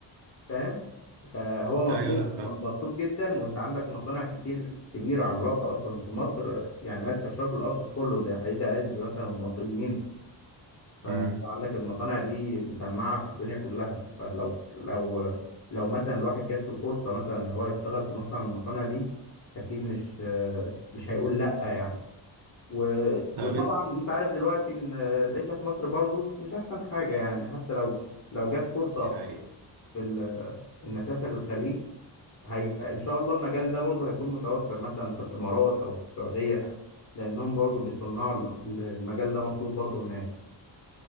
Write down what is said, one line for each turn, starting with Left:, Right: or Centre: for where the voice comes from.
Left: فاهم فهو مطلوب
Right: ايوه لا
Left: م-
Right: فاهم
Left: مطلوب جدا وانت عندك مصانع كتير كبيره عملاقه اصلا في مصر يعني ماسكه الشرق الاوسط كله زي حديد عز مثلا والمصريين فانت
Right: امم
Left: عندك المصانع دي مسمعة في الدنيا كلها فلو لو لو مثلا الواحد جات له فرصة مثلا ان هو يشتغل في مصنع من المصانع دي اكيد مش مش هيقول لا يعني و...
Right: طيب
Left: وطبعا
Right: انت
Left: انت عارف دلوقتي ان العيشة في مصر برضو مش احسن حاجة يعني حتى لو لو جت فرصة
Right: دي حقيقة
Left: في ال... ان اسافر الخليج هي... ان شاء الله المجال ده برضو هيكون متوفر مثلا في الامارات او في السعودية لانهم برضو بيصنعوا ال- المجال ده مطلوب برضو هناك